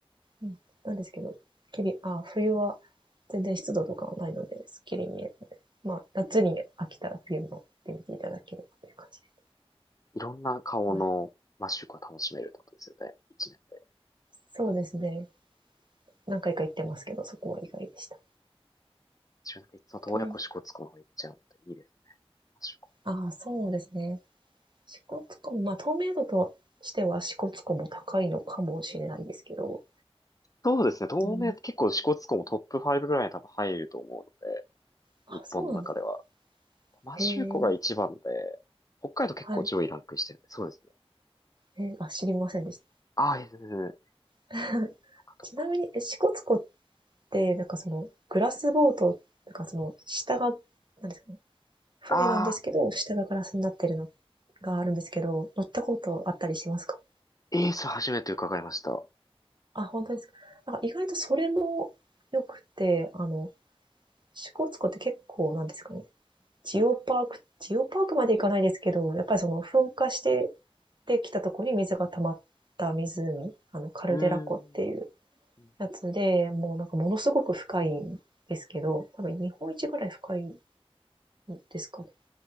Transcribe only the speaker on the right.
うん、なんですけど、きり、あ、冬は全然湿度とかはないので、すっきり見えるので、まあ、夏に飽きたら冬も行ってみていただければという感じです。
はい。
そうですね。何回か行ってますけど、そこは意外でした。
と、
ああ、そうですね。支笏湖も、まあ、透明度としては支笏湖も高いのかもしれないですけど、
うん、
あ、
そうなんです。
へえ、
はい。
えーあ、知りませんでし
た。<laughs>
ちなみに、え支笏湖っで、なんかその、グラスボート、なんかその、下が、なんですかね、船なんですけど、
下がガラスになってるのがあるんですけど、乗ったことあったりしますか
あ、本当ですか。なんか意外とそれも良くて、あの、支笏湖って結構なんですかね、ジオパーク、ジオパークまで行かないですけど、やっぱりその噴火してできたところに水が溜まった湖、あの、カルデラ湖っていう
やつで、もうなんかものすごく深いんですけど、多分日本一ぐらい深いんですかね